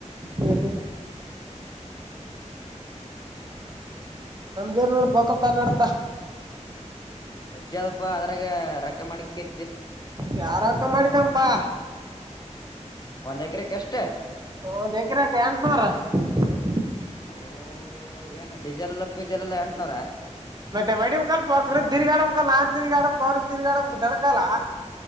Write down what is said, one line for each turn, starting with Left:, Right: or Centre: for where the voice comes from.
Right: ಹ್ಮ ಹಾ ನಮ್ದೇನ್ ನೋಡ ವಾಕ್ಕಲ್ತನ ನಡ್ದ
Left: ಜದಬಾ ಅದ್ರಾಗ ರೊಕ್ಕ ಮಾಡಡಿಕಿ
Right: ಯಾರ ರೂಕ್ಕ ಮಾಡಿಕಂಪಾ
Left: ಒಂದ್ ಎಕರೆಕ್ಕೆ ಎಷ್ಟ
Right: ಒಂದ್ <unintelligible>
Left: ಅಬಬ್ಬಬ್ಬಬ್ಬಬ್ಬ ಡೀಜೆಲ್ ಎಲ್ಲ ಪಿಜೆಲ್ ಎಲ್ಲ ಎಂಟುನೂರ
Right: ಮತ್ತೆ ವಡಿಮ ಕಾಲ ಪಾಕ್ರ ತಿರುಗಾಡ ಕ ನಾನ್ ತಿಗಾಡಮಕ್ ಅವ್ರನ್ ತಿರ್ಗಾಡಮಕ್ ದಣ ಕಾಲ